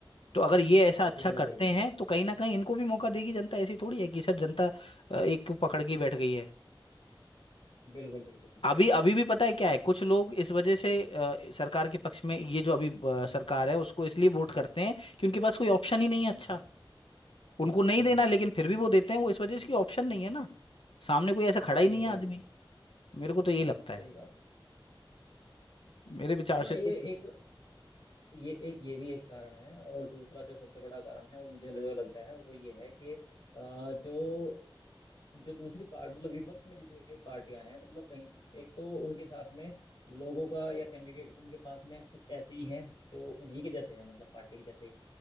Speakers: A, on the left; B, on the left.
A: तो अगर ये ऐसा अच्छा
B: बिल्कुल
A: करते
B: सही बात
A: हैं तो कहीं ना कहीं इनको भी मौका देगी जनता ऐसी थोड़ी है कि सर जनता अ, एक को पकड़ के ही बैठ गई है
B: बिल्कुल बिल्कुल बिल्कुल
A: अभी अभी भी पता है क्या है कुछ लोग इस वजह से अ, सरकार के पक्ष में ये जो अभी अ, सरकार है उसको इसलिए वोट करते हैं कि उनके पास कोई ऑप्शन ही नहीं है अच्छा
B: हम्म
A: उनको नहीं
B: हम्म
A: देना
B: हम्म,
A: लेकिन फिर भी वो देते हैं वो इस वजह से कि ऑप्शन नहीं है ना सामने कोई ऐसा खड़ा ही नहीं
B: बिल्कुल
A: है आदमी
B: बिल्कुल
A: मेरे को तो यही लगता है
B: सही बात है
A: मेरे विचार
B: हाँ
A: से
B: ये
A: तो
B: एक ये एक ये भी एक कारण है और दूसरा जो सबसे बड़ा कारण है वो मुझे जो लगता है वो ये है कि अ, जो जो दूसरी पार्ट मतलब विपक्ष में जितनी भी पार्टियां हैं मतलब कहीं एक तो उनके साथ में लोगों का या कैंडिडेट उनके पास में कुछ ऐसे ही हैं जो उन्हीं के जैसे हैं मतलब पार्टी के जैसे ही